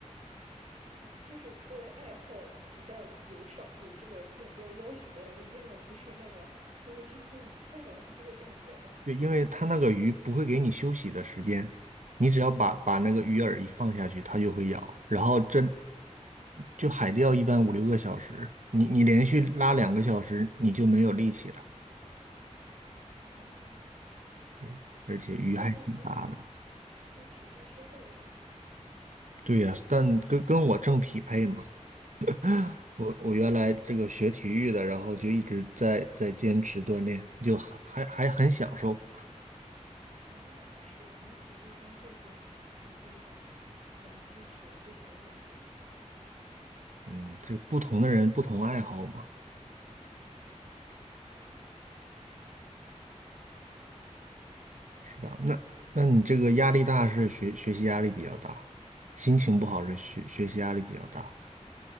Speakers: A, on the right; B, on the right.
A: 就是作为爱好，一旦有上有这个目标要求了，就变得不是那么那么轻松愉快了，是这个感觉吗？
B: 对，因为它那个鱼不会给你休息的时间，你只要把把那个鱼饵一放下去，它就会咬。然后这就海钓一般五六个小时，你你连续拉两个小时，你就没有力气了。
A: 哦，
B: 对，而且鱼还挺大的。
A: 那确实很对体力消耗也挺大的。
B: 对呀，但跟跟我正匹配嘛。<laughs> 我我原来这个学体育的，然后就一直在在坚持锻炼，就还还还很享受。
A: 哦，那是你们体育生确实体力上能支持这项运动，
B: 嗯，这不同的人不同爱好嘛。
A: 挺挺挺好的。
B: 是吧？那那你这个压力大是学学习压力比较大，心情不好是学学习压力比较大。